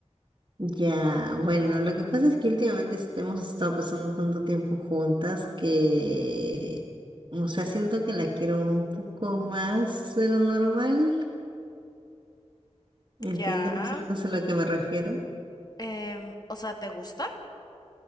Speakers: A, on the right; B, on the left.
A: Ya, bueno, lo que pasa es que últimamente est- hemos estado pasando tanto tiempo juntas que, o sea, siento que la quiero un poco más de lo normal, ¿entiendes
B: Ya.
A: más o menos a lo que me refiero?
B: Em, o sea, ¿te gusta?